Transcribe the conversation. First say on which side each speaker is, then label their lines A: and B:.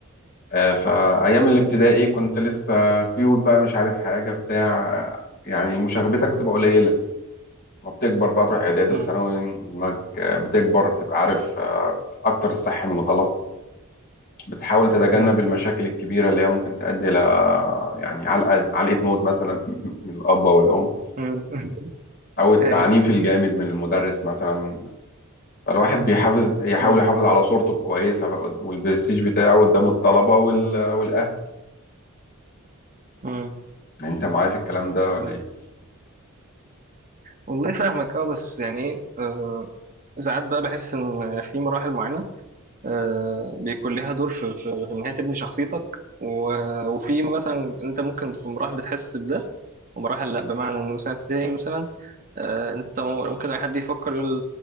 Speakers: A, on the left; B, on the right.
A: آه، فأيام الابتدائي كنت لسه كيوت بقى مش عارف حاجة بتاع يعني مشاغبتك بتبقى قليلة ما بتكبر بقى تروح إعدادي
B: مم.
A: وثانوي دماغك آه، بتكبر بتبقى عارف آه، أكتر الصح من الغلط بتحاول تتجنب
B: مم.
A: المشاكل الكبيرة اللي هي ممكن تؤدي ل يعني علقة علقة موت مثلا <laughs> من الأب أو الأم
B: مم. <laughs>
A: او التعنيف
B: اي
A: الجامد من المدرس مثلا فالواحد بيحافظ يحاول
B: مم.
A: يحافظ على صورته الكويسة بقى قد- والبرستيج بتاعه قدام الطلبة وال... والأهل
B: مم.
A: يعني أنت معايا في الكلام ده ولا
B: فاهمك.
A: إيه؟
B: والله فاهمك اه بس يعني آه ساعات بقى بحس ان في مراحل معينة آه، بيكون لها دور في في في إن هي تبني شخصيتك و- وفي مثلا أنت ممكن في مراحل بتحس بده ومراحل لأ بمعنى إن مثلا ابتدائي مثلا آه، أنت ممكن أي حد يفكر يقول